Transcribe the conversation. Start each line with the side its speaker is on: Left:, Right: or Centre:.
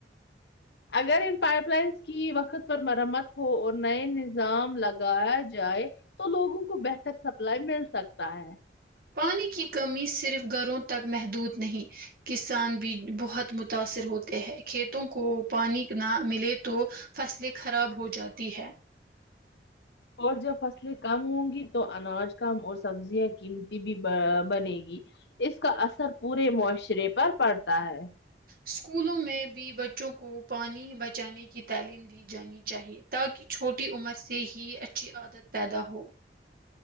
Left: اگر ان پائپ لائنس کی وقت پر مرمت ہو اور نئے نظام لگایا جائے تو لوگوں کو بہتر سپلائی مل سکتا ہے
Right: پانی کی کمی صرف گھروں تک محدود نہیں کسان بھی بہت متاثر ہوتے ہیں کھیتوں کو پانی نہ ملے تو فصلیں خراب ہو جاتی ہے
Left: اور جب فصلیں کم ہوں گی تو اناج کم اور سبزیاں قیمتی بھی بنے گی اس کا اثر پورے معاشرے پر پڑتا ہے
Right: اسکولوں میں بھی بچوں کو پانی بچانے کی تعلیم دی جانی چاہیے تاکہ چھوٹی عمر سے ہی اچھی عادت پیدا ہو